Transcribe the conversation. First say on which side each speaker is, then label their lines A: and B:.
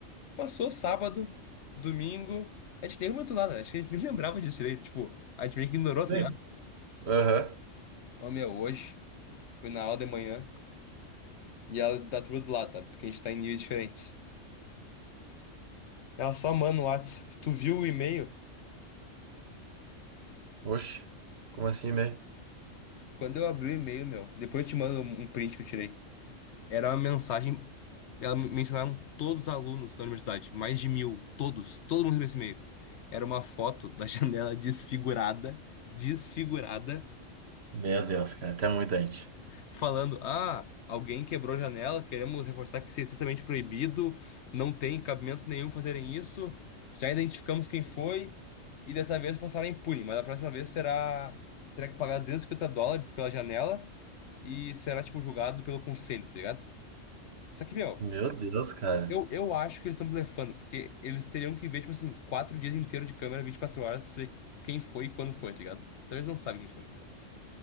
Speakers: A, on the left; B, on the right.
A: Passou sábado, domingo. A gente nem comentou nada, né? acho que a gente nem lembrava disso direito. Tipo, a gente meio que ignorou, tá
B: Sim.
A: ligado?
B: Aham.
A: Ô, meu, hoje fui na aula de manhã e ela dá tudo do lado, sabe? Porque a gente tá em níveis diferentes. Ela só manda o Whats. Tu viu o e-mail?
B: Oxe. Como assim, né?
A: Quando eu abri o e-mail, meu, depois eu te mando um print que eu tirei. Era uma mensagem. Ela men- mencionaram todos os alunos da universidade, mais de mil, todos, todo mundo recebeu esse e-mail. Era uma foto da <laughs> janela desfigurada, desfigurada.
B: Meu Deus, cara. Até muito gente.
A: falando: ah, alguém quebrou a janela, queremos reforçar que isso é estritamente proibido, não tem cabimento nenhum fazerem isso, já identificamos quem foi e dessa vez passará impune, mas a próxima vez será terá que pagar 250 dólares pela janela e será, tipo, julgado pelo conselho, tá ligado? Só que, meu.
B: Meu Deus, cara.
A: Eu, eu acho que eles estão blefando, porque eles teriam que ver, tipo assim, quatro dias inteiros de câmera, 24 horas, pra saber quem foi e quando foi, tá ligado? Então eles não sabem quem foi.